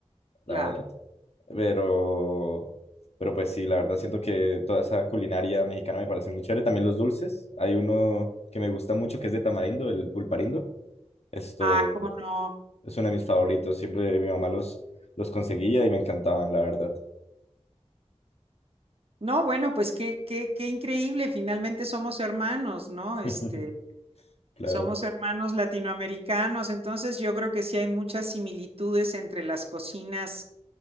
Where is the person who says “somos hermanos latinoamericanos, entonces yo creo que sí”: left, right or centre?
Right